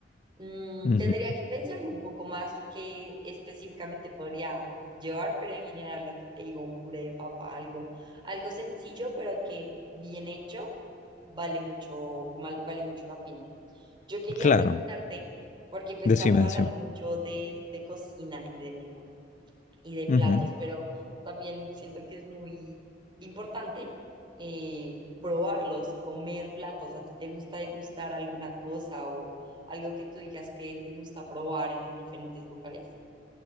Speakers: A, on the right; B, on the left.
A: Mm,
B: Ujú.
A: tendría que pensarlo un poco más qué específicamente podría llevar, pero en general lo que te digo, un puré de papa, algo, algo sencillo, pero que bien hecho vale mucho, mal- vale mucho la pena. Yo quería
B: Claro,
A: preguntarte, porque pues
B: decime,
A: estamos hablando
B: decime.
A: mucho de, de cocina y de, y de platos,
B: Ujú.
A: pero también siento que es muy importante eh, probarlos, comer platos. ¿A ti te gusta degustar alguna cosa o algo que tú digas que te gusta probar en diferentes lugares?